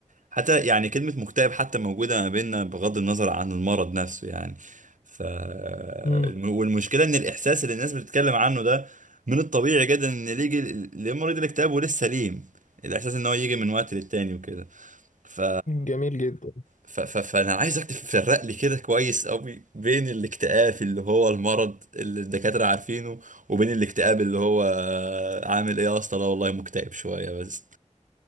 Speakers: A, on the right (about 85°); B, on the left (about 80°).
A: حتى يعني كلمة مكتئب حتى موجودة ما بيننا بغض النظر عن المرض نفسه يعني ف الم-
B: مم.
A: والمشكلة إن الإحساس اللي الناس بتتكلم عنه ده من الطبيعي جدا إن اللي يجي لمريض الاكتئاب ولسه سليم الإحساس إن هو يجي من وقت للتاني وكده ف...
B: جميل جدا
A: ف... ف... فأنا عايزك تفرق لي كده كويس أوي بين الاكتئاب اللي هو المرض اللي الدكاترة عارفينه وبين الاكتئاب اللي هو عامل إيه يا اسطى لا والله مكتئب شوية بس